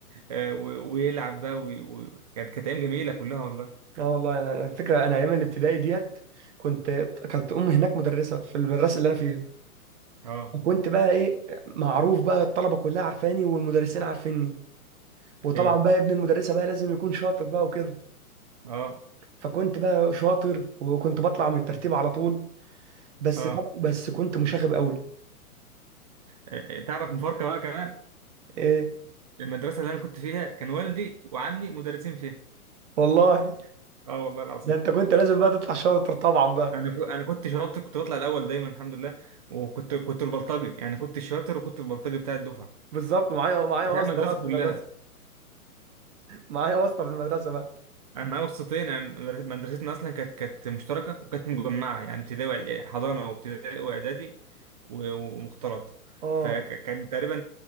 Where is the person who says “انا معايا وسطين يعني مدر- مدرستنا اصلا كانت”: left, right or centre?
Right